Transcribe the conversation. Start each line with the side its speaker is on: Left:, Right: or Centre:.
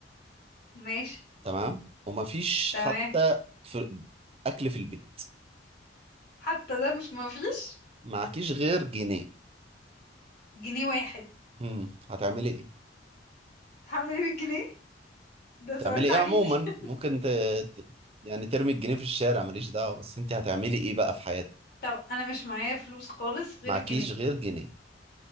Left: ماشي
Right: تمام ومفيش
Left: تمام
Right: حتى في اكل في البيت
Left: حتى ده مش مفيش
Right: معاكيش غير جنيه
Left: جنيه واحد
Right: امم هتعملي ايه
Left: هعمل ايه بالجنيه ده سؤال
Right: تعملي
Left: تعجيزي
Right: ايه عموما
Left: <laughs>
Right: ممكن ت... ت... يعني ترمي الجنيه في الشارع ماليش دعوة بس انت هتعملي ايه بقى في حياتك
Left: طب انا مش معايا فلوس خالص
Right: معكيش
Left: غير الجنيه
Right: غير جنيه